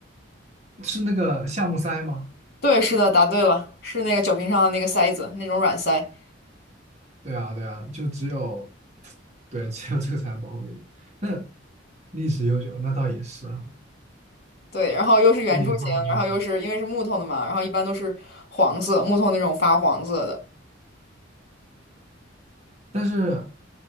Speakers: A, on the right (about 35°); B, on the left (about 55°).
A: 是那个橡木塞吗？
B: 对，是的，答对了，是那个酒瓶上的那个塞子，那种软塞。
A: 对啊，对啊，就只有对，只有这个才能保护液体。那历史悠久，那倒也是哈、
B: 对，然后又是圆柱形，
A: 一点化学。
B: 然后又是因为是木头的嘛，然后一般都是黄色，木头那种发黄色的。
A: 但是